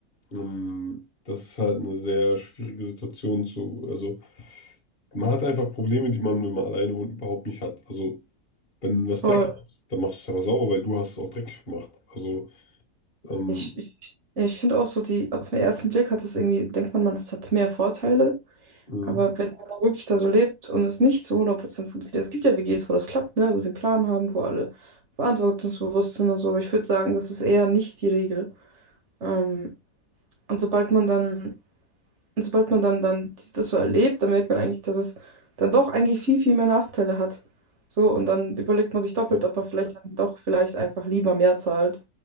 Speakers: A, on the left; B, on the right.
A: ähm, das ist halt eine sehr schwierige Situation zu, also. Man hat einfach Probleme, die man, wenn man alleine wohnt, überhaupt nicht hat. Also, wenn was
B: voll.
A: dreckig ist, dann machst du es aber sauber, weil du hast es auch dreckig gemacht. Also, ähm,
B: Ich, ich, ich finde auch so, die, auf den ersten Blick hat es irgendwie, denkt man, man, das hat mehr Vorteile.
A: Mhm.
B: Aber wenn einer wirklich da so lebt und es nicht zu hundert Prozent funktioniert, es gibt ja WGs, wo das klappt, ne, wo sie einen Plan haben, wo alle verantwortungsbewusst sind und so, aber ich würde sagen, das ist eher nicht die Regel. Ähm, und sobald man dann, und sobald man dann, dann dies- das so erlebt, dann merkt man eigentlich, dass es dann doch eigentlich viel, viel mehr Nachteile hat. So, und dann überlegt man sich doppelt,
A: ja,
B: ob man vielleicht dann doch vielleicht einfach lieber mehr zahlt,